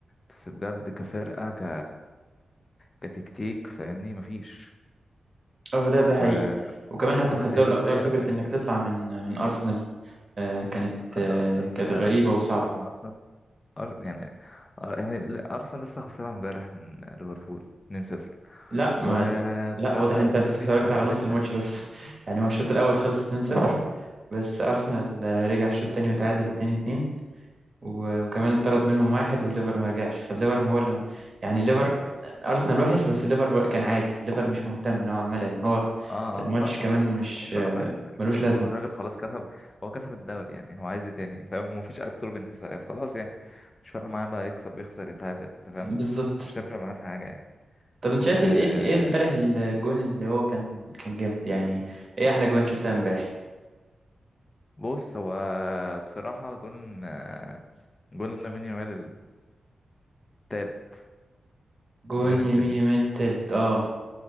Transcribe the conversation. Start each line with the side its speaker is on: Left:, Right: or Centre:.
Left: بس بجد كفرقة ك كتكتيك فاهمني مفيش
Right: هو ده ده
Left: و...
Right: حقيقي وكمان حتى
Left: واختيارات
Right: انت في دوري الابطال
Left: سيئة
Right: فكره انك تطلع من من ارسنال آه، كانت
Left: بجد
Right: آه،
Left: أرسنال سيئة
Right: كانت غريبة
Left: أوي يعني
Right: وصعبة
Left: تطلع من أرسنال أر... يعني أر... يعني ل- أرسنال لسه خسران امبارح من ليفربول 2-0
Right: لا ما
Left: وبتاع
Right: لا, لا واضح
Left: ده
Right: انت
Left: وباريس
Right: <laughs> اتفرجت
Left: بهدلتها
Right: على نص الماتش بس <laughs> يعني هو الشوط الأول خلص 2-0 بس أرسنال آه، رجع في الشوط التاني وتعادل 2-2 و- وكمان اتطرد منهم واحد والليفر ما رجعش فالليفر هو اللي ما يعني الليفر أرسنال وحش بس الليفر بر- كان عادي الليفر مش مهتم نوعا ما لأن هو
Left: اه
Right: الماتش
Left: ما خلاص
Right: كمان
Left: هو
Right: مش
Left: هو مش فارق
Right: آه،
Left: معاهم يا باشا
Right: ملوش
Left: هو
Right: لازمة
Left: ما هو الراجل خلاص كسب هو كسب الدوري يعني هو عايز ايه تاني فاهم ما فيش اي بطوله بينافس عليها فخلاص يعني مش فارق معاه بقى يكسب يخسر يتعادل انت فاهم
Right: بالظبط
Left: مش تفرق معاه في حاجه يعني
Right: طب انت
Left: آه
Right: شايف ال- ايه ال- ايه امبارح الجون اللي هو كان كان جامد يعني ايه احلى جوان شفتها امبارح
Left: بص هو بصراحه جون آه، جون لامين يامال التالت
Right: جون
Left: الجون
Right: يمين
Left: التالت
Right: يمال التالت اه